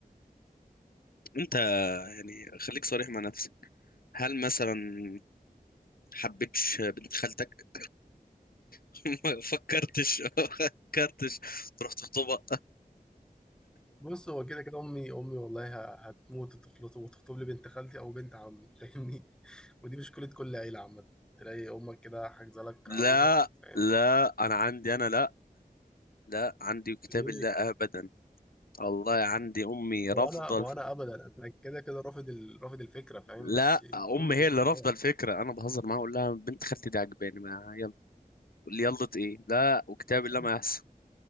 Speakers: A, on the left; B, in the centre.
A: انت يعني خليك صريح مع نفسك هل مثلا حبيتش بنت خالتك <laughs> ما فكرتش ما فكرتش تروح تخطبها
B: بص هو كده كده أمي أمي والله ه- هتموت وتخلط وتخطب لي بنت خالتي أو بنت عمي فاهمني <laughs> ودي مشكلة كل عيلة عامة تلاقي أمك كده حاجزة لك
A: لا
B: عروسة فاهم
A: لا انا عندي انا لا لا عندي كتاب
B: ليه؟
A: الله ابدا والله عندي امي
B: ما
A: رافضه
B: هو أنا ما
A: الف...
B: هو أنا أبدا أنا كده كده رافض ال... رافض الفكرة فاهم
A: لا
B: بس
A: امي
B: أمي
A: هي
B: مش
A: اللي
B: رافضاها
A: رافضه الفكره انا بهزر معاها اقول لها بنت خالتي دي عجباني ما يلا تقول لي يلا ايه لا وكتاب
B: أصلاً
A: الله ما يحصل